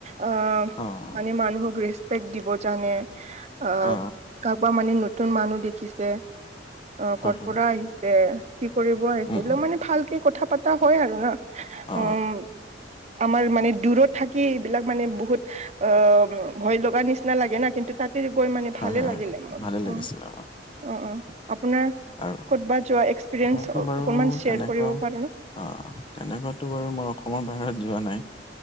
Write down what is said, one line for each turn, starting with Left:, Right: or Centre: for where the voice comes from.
Right: অ
Left: অঁ।
Right: মানে মানুহক ৰেচপেক্ট দিব জানে। আহ
Left: অ
Right: কাৰোবাক মানে নতুন মানুহ দেখিছে অ
Left: হয়
Right: কৰ
Left: হয়
Right: পৰা আহিছে? কি কৰিব আহিছে?
Left: উম
Right: এইবিলাক
Left: উম
Right: মানে ভালকে কথা পতা হয় আৰু ন।
Left: অ
Right: উম আমাৰ মানে দূৰত থাকি এইবিলাক মানে বহুত অ ভয় লগা নিচিনা লাগে না কিন্তু তাতে গৈ মানে
Left: হয়
Right: ভালে
Left: হয়
Right: লাগিলে মোৰ
Left: ভালে লাগিছিলে
Right: অ। অ অ আপোনাৰ
Left: আৰু
Right: ক'তবা যোৱা এক্সপিৰিয়েঞ্চ
Left: মোৰতো বাৰু
Right: অকনমান শ্বেয়াৰ
Left: তেনেকুৱা
Right: কৰিব পাৰো ন?
Left: অ তেনেকৈটো বাৰু মই অসমৰ বাহিৰত যোৱা নাই।